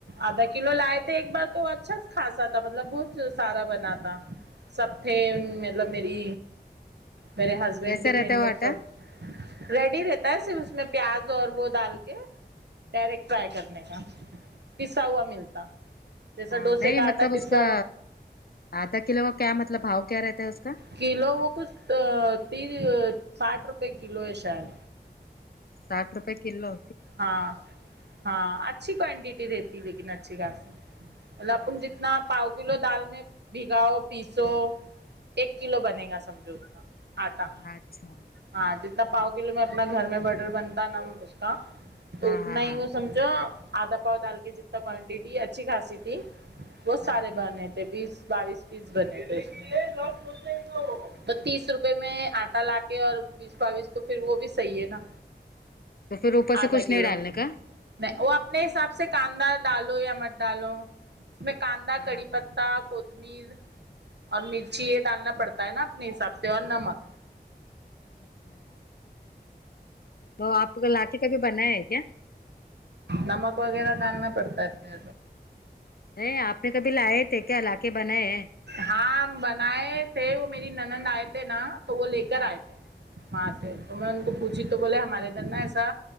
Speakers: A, on the right; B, on the left.
A: آدھا کلو لائے تھے ایک بار تو اچھا سے کھاسا تھا مطلب بہت سارا بنا تھا سب تھے ان مطلب میری میرے ہسبینڈ
B: کیسا
A: کے
B: رہتا
A: بہن
B: ہے وہ
A: لوگ
B: آٹا
A: سب ریڈی رہتا ہے صرف اس میں پیاز اور وہ ڈال کے ڈائریکٹ فرائی کرنے کا پسا ہوا ملتا جسا
B: ہاں
A: ڈوسے
B: نہیں
A: کا
B: مطلب
A: آٹا پیسا
B: اس کا
A: وا
B: آدھا کلو کیا مطلب بہاؤ کیا رہتا ہے اسکا
A: کلو وہ کچھ تین ساٹھ روپے کلو ہے شاید
B: ساٹ روپے کیلو
A: ہاں ہاں اچھی کوانٹیٹی دیتی لیکن اچھی خاصی مطلب اپن
B: اچھا
A: جتنا پاؤ کلو دال میں بھگاؤ پیسو ایک کلو بنے گا سمجھو اتنا آٹا
B: اچھا
A: ہاں جتنا پاؤ کلو میں اپنا گھر میں بٹر بنتا ہے نا اس کا تو
B: ہاں
A: اتنا
B: ہاں
A: ہی
B: ہاں
A: وہ سمجھو آدا پاؤ ڈال کے جتنا کوانٹیٹی اچھی خاصی تھی بہت سارے
B: ہاں ہاں
A: بنے تھے بیس بائیس پیس بنے تھے اس
B: ہاں
A: تو تیس روپے میں آٹا لا کے اور بیس بویس تو پھر وہ بھی صحیح ہے نا
B: تو پھر اوپر سے
A: آدھا
B: کچھ
A: کلو
B: نہیں ڈالنے کا
A: نہیں وہ اپنے حساب سے کاندا ڈالو یا مٹ ڈالو اس میں کاندا
B: ہاں
A: کڑی
B: ہاں
A: پتتا کوتمیر اور مرچی یہ ڈالنا پڑتا ہے نا اپنے حساب سے اور نمک
B: اچھا تو اپ لاکے کے کبھی بنائے ہیں کیا
A: نمک وغیرہ ڈالنا پڑتا ہے اپنے
B: نہیں آپ نے کبھی لائے تھے کیا لاکے بنائی
A: ہاں بنائے تھے وہ میری نند آئے تھے نا تو وہ لے کر
B: ہاں
A: آئے تھے وہاں سے تو میں ان کو پوچھی تو بولے ہمارے ادھر نہ ایسا